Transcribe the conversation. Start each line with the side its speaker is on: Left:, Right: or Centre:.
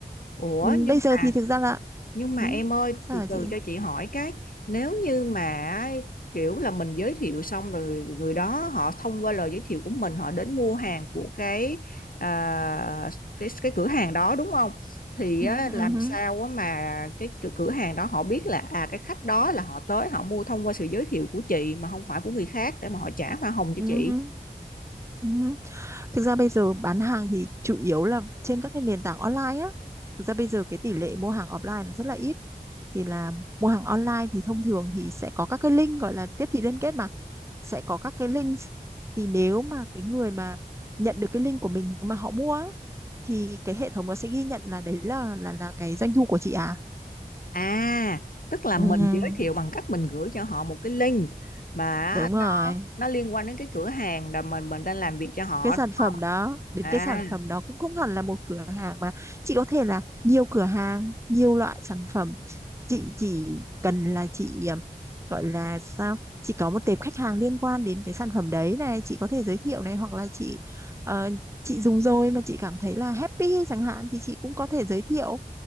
Left: ủa
Right: Ừm,
Left: nhưng
Right: bây giờ
Left: mà
Right: thì thực ra là
Left: Nhưng mà
Right: ừm,
Left: em ơi,
Right: sao
Left: từ
Right: hả chị
Left: từ cho chị hỏi cái, nếu như mà kiểu là mình giới thiệu xong rồi người đó họ thông qua lời giới thiệu của mình họ đến mua hàng của cái à, cái, cái cửa hàng đó đúng không? Thì
Right: Ừm,
Left: á,
Right: ừm,
Left: làm
Right: ừm,
Left: sao á mà cái cửa cửa hàng đó họ biết là à cái khách đó là họ tới họ mua thông qua sự giới thiệu của chị mà không phải của người khác để mà họ trả hoa hồng cho
Right: ừm,
Left: chị.
Right: ừm. Thực ra bây giờ bán hàng thì chủ yếu là trên các cái nền tảng online á. Thực ra bây giờ cái tỷ lệ mua hàng offline nó rất là ít. Thì là mua hàng online thì thông thường thì sẽ có các cái link gọi là tiếp thị liên kết mà. Sẽ có các cái links. Thì nếu mà cái người mà nhận được cái link của mình mà họ mua á, thì cái hệ thống nó sẽ ghi nhận là đấy là là là cái doanh thu của chị à.
Left: À, tức là
Right: Ừ,
Left: mình giới thiệu bằng cách mình gửi cho họ một cái link mà
Right: đúng
Left: nó
Right: rồi.
Left: nó liên quan đến cái cửa hàng là mình mình đang làm việc cho họ
Right: cái sản
Left: đúng
Right: phẩm
Left: không?
Right: đó đến
Left: à,
Right: cái sản phẩm đó cũng không hẳn là một cửa hàng mà chị có thể là nhiều cửa hàng nhiều loại sản phẩm chị chỉ cần là chị ờ, gọi là sao chị có một tệp khách hàng liên quan đến cái sản phẩm đấy này chị có thể giới thiệu này hoặc là chị ờ, chị dùng rồi mà chị cảm thấy là happy chẳng hạn thì chị cũng có thể giới thiệu